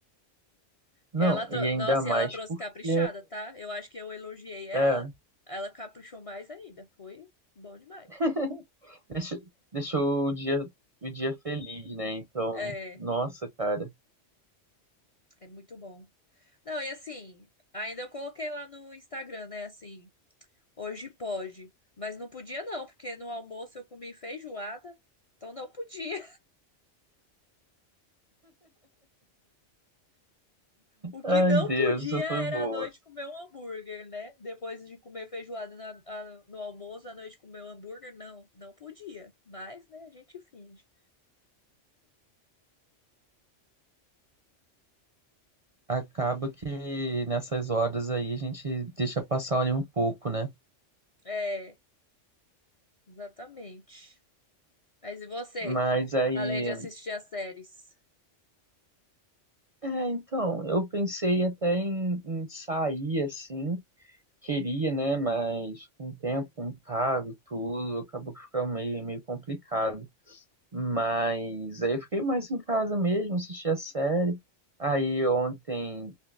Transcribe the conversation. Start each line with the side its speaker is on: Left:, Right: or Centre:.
Right: Não,
Left: E ela, trou-
Right: e ainda
Left: nossa,
Right: mais
Left: e ela trouxe
Right: porque
Left: caprichada, tá? Eu acho que eu elogiei ela,
Right: é,
Left: ela caprichou mais ainda. Foi bom demais.
Right: <laughs> deixa- deixou o dia, o dia feliz, né? Então,
Left: É,
Right: nossa, cara.
Left: é muito bom. Não, e assim, ainda eu coloquei lá no Instagram, né, assim, hoje pode, mas não podia não, porque no almoço eu comi feijoada, então não podia. O que
Right: Ai,
Left: não
Right: Deus,
Left: podia
Right: isso foi
Left: era
Right: boa.
Left: à noite comer um hambúrguer, né? Depois de comer feijoada na- a- no almoço, à noite comer um hambúrguer, não, não podia. Mas, né, a gente finge.
Right: Acaba que nessas horas aí a gente deixa passar ali um pouco, né?
Left: É, exatamente. Mas e você,
Right: Mas aí,
Left: além de assistir as séries?
Right: é, então, eu pensei até em, em sair assim. Queria, né? Mas com o tempo, com o cargo, tudo, acabou que ficou meio, meio complicado. Mas aí eu fiquei mais em casa mesmo, assisti a série. Aí ontem